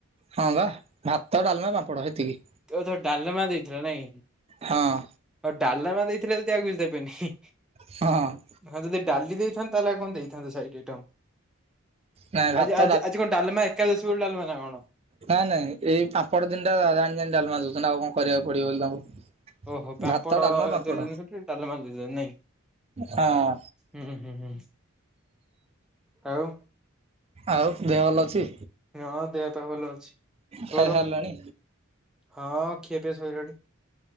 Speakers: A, on the right; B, in the centre.
A: ହଁ, ବା ଭାତ, ଡାଲମା, ପାମ୍ପଡ଼ ହେତିକି।
B: ଓହଃ, ଡାଲମା ଦେଇଥିଲା ନାଇଁ,
A: ହଁ
B: ଆଉ ଡାଲମା ଦେଇଥିଲେ, ତ ଯଦି ଆଉକିଛି ଦେବେନି।
A: ହଁ ଅଁ
B: ହଁ, ଯଦି ଡାଲି ଦେଇଥାନ୍ତେ, ତାହେଲେ ଆଉ କଣ ଦେଇଥାନ୍ତେ, ସାଇଡ୍ ଆଇଟମ୍?
A: ନାଇଁ
B: ଆଜି-ଆଜି
A: ଭାତ
B: -ଆଜି କଣ, ଡାଲମା ଏକାଦଶୀ ବୋଲି ଡାଲମା ନା କଣ?
A: ନାଇଁ, ନାଇଁ, ଏଇ ପାମ୍ପଡ ତିନଟା ଜାଣି-ଜାଣି ଡାଲମା ଦଉଛନ୍ତି। ଆଉ କଣ କରିବାକୁ ପଡିବ ବୋଲି ତାଙ୍କୁ?
B: ଓହୋ! ପାମ୍ପଡ
A: ଭାତ ଡାଲମା ପାମ୍ପଡ଼
B: ଦେଇନେ ବୋଲି ଡାଲମା ଦେଲେ ନାଇଁ?
A: ହଁ
B: ହୁଁ ହୁଁ ହୁଁ ଆଉ।
A: ଆଉ ଦେହ ଭଲ ଅଛି?
B: ହଁ, ଦେହ ତ ଭଲ ଅଛି। ତୋର?
A: ଖାଇସାରିଲାଣି?
B: ହଁ, ଖିଆ ପିଆ ସଇଲାଣି।